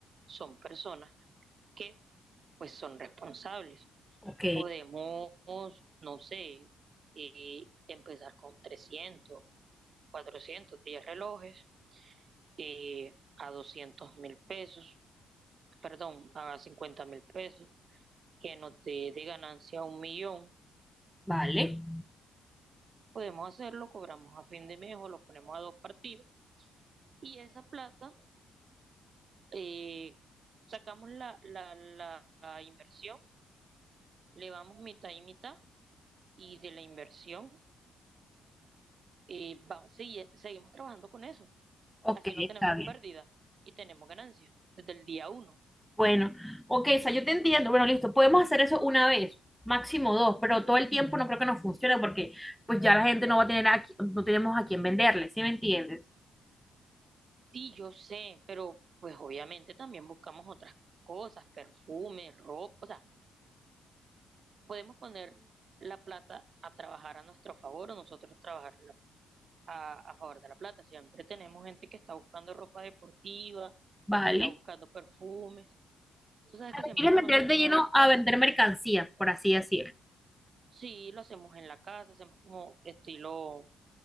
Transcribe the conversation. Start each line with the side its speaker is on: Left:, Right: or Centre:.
Right: son personas que pues son responsables.
Centre: Ok,
Right: Podemos, no sé, eh, empezar con 300 400 10 relojes eh, a doscientos mil pesos, perdón, a cincuenta mil pesos, que nos dé de ganancia un millón.
Centre: vale.
Right: Podemos hacerlo, cobramos a fin de mes o lo ponemos a dos partidas y esa plata eh, sacamos la, la, la, la inversión, le vamos mitad y mitad y de la inversión eh, va- sigue- seguimos trabajando con eso.
Centre: Ok,
Right: Así no
Centre: está
Right: tenemos
Centre: bien.
Right: pérdida y tenemos ganancia desde el día uno.
Centre: Bueno, ok, o sea, yo te entiendo. Bueno, listo, podemos hacer eso una vez, máximo dos, pero todo el tiempo no creo que nos funcione porque pues ya la gente no va a tener a qui- no tenemos a quién venderle, ¿sí me entiendes?
Right: Sí, yo sé, pero pues obviamente también buscamos otras cosas, perfume, ropa, o sea, podemos poner la plata a trabajar a nuestro favor o nosotros trabajar a, a favor de la plata. Siempre tenemos gente que está buscando ropa deportiva,
Centre: Vale.
Right: que está buscando perfumes. Tú sabes que siempre
Centre: ¿Quieres
Right: conocemos
Centre: meter de lleno
Right: a gente
Centre: a
Right: así.
Centre: vender mercancía, por así decir?
Right: Sí, lo hacemos en la casa, hacemos como estilo